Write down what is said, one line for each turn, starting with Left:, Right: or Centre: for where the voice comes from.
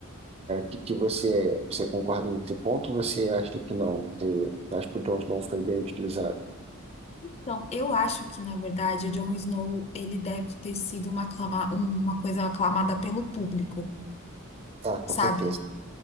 Right: que, que você, você concorda nesse ponto? ou Você acha que não? Você acha que o Jon Snow foi bem utilizado?
Left: Então, eu acho que, na verdade, o Jon Snow, ele deve ter sido uma, aclama- uma coisa aclamada pelo público,
Right: Ah, com
Left: sabe?
Right: certeza.